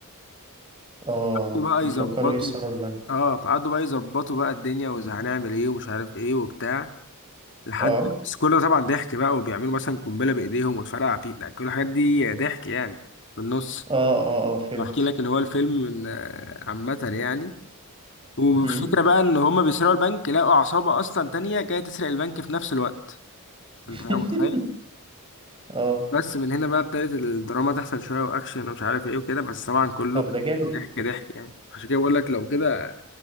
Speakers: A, on the right (about 25°); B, on the left (about 60°).
A: اه
B: بقى
A: بيفكروا
B: يظبطوا
A: يسرقوا البنك
B: اه فقعدوا بقى يظبطوا بقى الدنيا وهنعمل ايه ومش عارف ايه وبتاع لحد
A: اه
B: بس كل ده طبعا ضحك بقى وبيعملوا مثلا قنبلة بإيديهم وتفرقع فيه يعني كل الحاجات دي ضحك يعني في النص
A: اه اه اه فهمت
B: بحكي لك اللي هو الفيلم ال- عامة يعني والفكرة
A: امم
B: بقى ان هم بيسرقوا البنك لقوا عصابة اصلا تانية جاية تسرق البنك في نفس الوقت
A: <laughs>
B: انت بقى متخيل
A: اه
B: بس من هنا بقى ابتدت الدراما تحصل شويه واكشن ومش عارف ايه وكده بس طبعا كله
A: طب
B: كان
A: ده جامد
B: ضحك
A: ده
B: ضحك يعني عشان كده بقول لك لو كده